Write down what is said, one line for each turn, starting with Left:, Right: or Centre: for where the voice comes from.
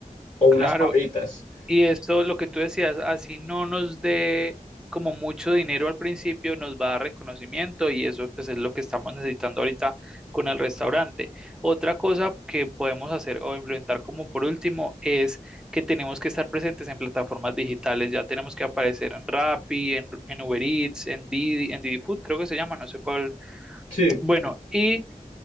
Left: o unas
Centre: claro,
Left: papitas.
Centre: Y esto, lo que tú decías, así no nos dé como mucho dinero al principio, nos va a dar reconocimiento y eso pues es lo que estamos necesitando ahorita con el restaurante. Otra cosa que podemos hacer o implementar como por último es que tenemos que estar presentes en plataformas digitales, ya tenemos que aparecer en Rappi, en, en Uber Eats, en Didi, en Didi Food, creo que se llama, no sé cuál.
Left: Sí,
Centre: Bueno, y